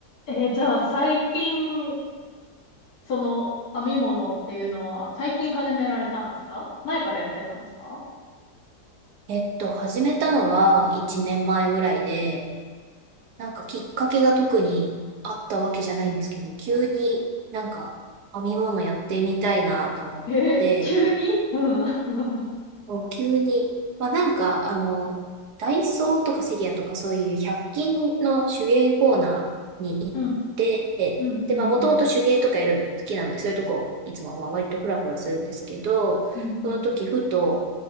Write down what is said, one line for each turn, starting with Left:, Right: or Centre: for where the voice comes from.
Left: えーじゃあ最近、その編み物っていうのは最近始められたんですか前からやってたんですか
Right: えっと、始めたのは1年前ぐらいで、なんかきっかけが特にあったわけじゃないんですけど、急になんか編み物やってみたいなと思って、
Left: えー急に <laughs> うん。<laughs>
Right: そう急に、まあ、なんか、あの、ダイソーとかセリアとかそういう100均の手芸コーナーに行って、
Left: うん、うん、
Right: で、
Left: うん、
Right: まあ、もともと手芸とかやるの好きなので、
Left: うん、
Right: そういうとこ、いつもまあ割とフラフラするんですけど、
Left: うん、うん、
Right: その時、ふと、